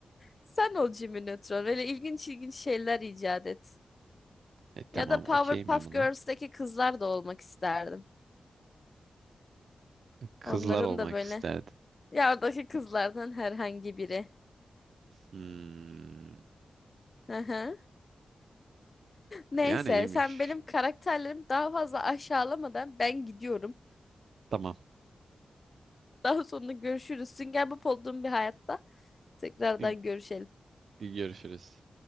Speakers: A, on the left; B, on the right.
A: Sen ol Jimmy Neutron. Öyle ilginç ilginç şeyler icat et.
B: E tamam
A: Ya da Powerpuff
B: okeyim ben buna.
A: Girls'teki kızlar da olmak isterdim.
B: Kızlar
A: Onların
B: olmak
A: da böyle
B: isterdim.
A: ya oradaki kızlardan herhangi biri.
B: Hmm.
A: Hı hı. Neyse
B: Yani iyiymiş.
A: sen benim karakterlerimi daha fazla aşağılamadan ben gidiyorum.
B: Tamam.
A: Daha sonra görüşürüz. Sünger Bob olduğum bir hayatta tekrardan
B: E,
A: görüşelim.
B: Görüşürüz.